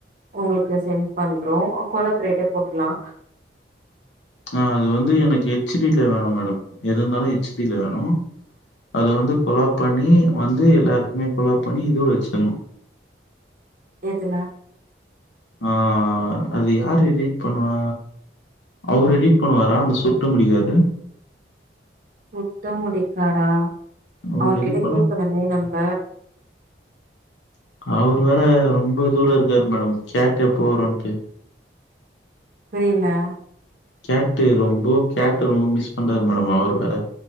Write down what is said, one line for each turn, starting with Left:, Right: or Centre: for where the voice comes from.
Right: உங்குள்க்கு சென் பண்றோ கொலப்ரேட்டே போட்டுக்லா
Left: அ அது வந்து எனக்கு எச்டில வேணு மேடம் எது இந்தாலு எச்டில வேணு அது வந்து கொலாப்பண்ணி வந்து எல்லாருக்குமே கொலாப் பண்ணி இதுவ வெச்சின்ணு
Right: எதுல
Left: ஆ அது யாரு எடிட் பண்ணுவா அவுரு எடிட் பண்ணுவாரா அந்த சுர்ட்ட முடி காரு
Right: சுட்ட முடிக்காரா
Left: அவரு
Right: அவுரு
Left: எடிட்
Right: கிட்ட
Left: பண்ண
Right: கேக்கணும்மே நம்ப
Left: அவுர்வேர ரொம்ப தூரொ இருக்காரு மேடம் கேட்ட போறோன்ட்டு
Right: புரில
Left: கேட்டு ரொம்பொ கேட்டு ரொம்ப மிஸ் பண்றாரு மேடம் அவர் வேற